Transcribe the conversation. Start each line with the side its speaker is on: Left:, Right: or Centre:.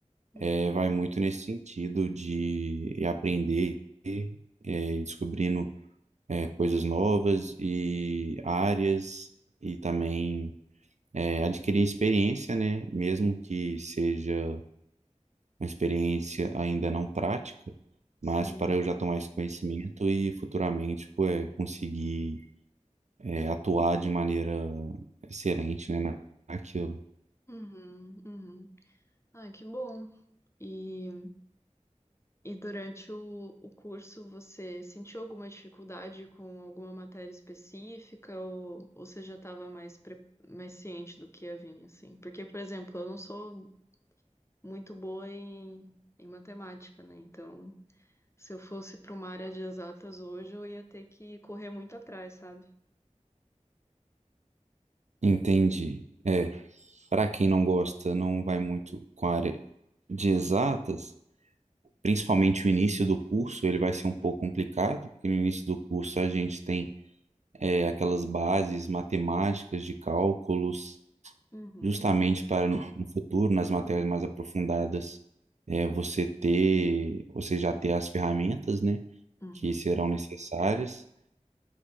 Left: uhum.
Right: eh, vai muito nesse sentido de aprender, eh, e descobrindo, eh, coisas novas e áreas e também é, adquirir experiência, né? Mesmo que seja uma experiência ainda não prática, mas
Left: Sim.
Right: para eu já tomar esse conhecimento e futuramente, pô, é, conseguir é, atuar de maneira excelente, né, na- naquilo.
Left: Uhum, uhum. Ai, que bom. E E durante o, o curso, você sentiu alguma dificuldade com alguma matéria específica ou, ou você já estava mais, pre- mais ciente do que ia vir, assim? Porque, por exemplo, eu não sou muito boa em, em matemática, né? Então, se eu fosse para uma área de exatas hoje, eu ia ter que correr muito atrás, sabe?
Right: Entendi. É, para quem não gosta, não vai muito com a área de exatas, principalmente o início do curso, ele vai ser um pouco complicado, porque no início do curso a gente tem é, aquelas bases matemáticas de cálculos
Left: Uhum,
Right: justamente para no futuro, nas matérias mais aprofundadas, é, você ter, você já ter as ferramentas, né,
Left: uhum,
Right: que serão necessárias.